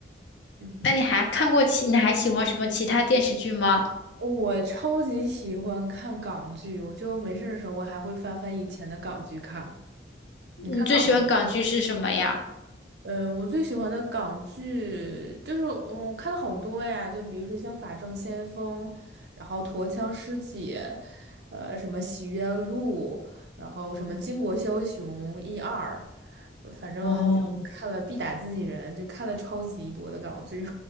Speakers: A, on the right; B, on the left.
A: 嗯，
B: 那你还看过其，你还喜欢什么其他电视剧吗？
A: 我超级喜欢看港剧，我就没事儿的时候我还会翻翻以前的港剧看。
B: 你最喜欢港剧是什么呀？
A: 你看港？剧？呃，我最喜欢的港剧就是，嗯，我看了好多呀，就比如说像《法证先锋》，然后《陀枪师姐》，呃，什么《洗冤录》，然后什么《巾帼枭雄》一二，呃反正就看了必打自己人，
B: 哦，
A: 就看了超级多的港剧。